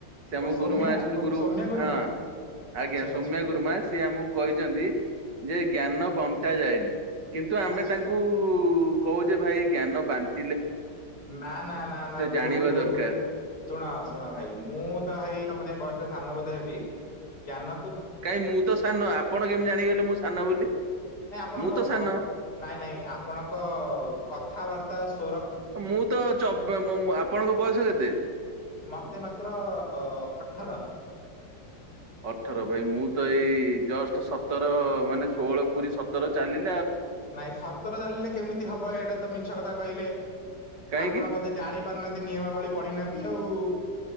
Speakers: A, on the right; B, on the left.
A: ସେ ଆମ
B: ଓ ସୌମ୍ୟା
A: ଗୁରୁମା ଅଛନ୍ତି
B: ସୌମ୍
A: ଗୁରୁ
B: ସୌମ୍ୟା ଗୁରୁମା
A: ହଁ। ଆଜ୍ଞା
B: ଆଚ୍ଛା
A: ସୌମ୍ୟା
B: ଆଚ୍ଛା
A: ଗୁରୁମା ସିଏ ଆମକୁ କହିଛନ୍ତି ଯେ ଜ୍ଞାନ ବଂଟା ଯାଏ। କିନ୍ତୁ ଆମେ
B: ଆଚ୍ଛା
A: ତାଙ୍କୁ କହୁଛେ ଭାଇ ଜ୍ଞାନ ବାଣ୍ଟ
B: ନା ନା ନା ନା ଭୁଲ
A: ଜାଣିବା
B: ଭୁଲ
A: ଦରକାର
B: ଶୁଣ ଶୁଣ ଭାଇ ମୁଁ ତ ଭାଇ ତମ ସାଙ୍ଗ ବୟସରେ ସାନ ବୋଧ ହେବି ଜ୍ଞାନ
A: କାଇ ମୁଁ ତ ସାନ ଆପଣ କେମିତି ଜାଣିଗଲେ ମୁଁ ସାନ ବୋଲି
B: ନାଇଁ ଆପଣଙ୍କ
A: ମୁଁ ତ
B: ଭ
A: ସାନ
B: ନାଇଁ ନାଇଁ ଆପଣଙ୍କ କଥାବାର୍ତ୍ତା ସ
A: ମୁଁ ତ ଚ ଏମ୍ ମ ଆପଣଙ୍କ ବୟସ କେତେ?
B: ମୋତେ ମାତ୍ର ଅଠର।
A: ଅଠର ଭାଇ ମୁଁ ତ ଏଇ ଜଷ୍ଟ ସତର ମାନେ ଷୋହଳ ପୁରୀ ସତର ଚାଲିଛି।
B: ନାଇଁ ସତର ଚାଲିଲେ କେମିତି ହବ ଏଇଟା ତ ମିଛ କଥା କହିଲେ।
A: କାହିଁକି
B: ଆପଣ ବୋଧେ ଜାଣି ପାରୁନାହାନ୍ତି ନିୟମାବଳୀ ପଢିନାହାନ୍ତି ଆଉ।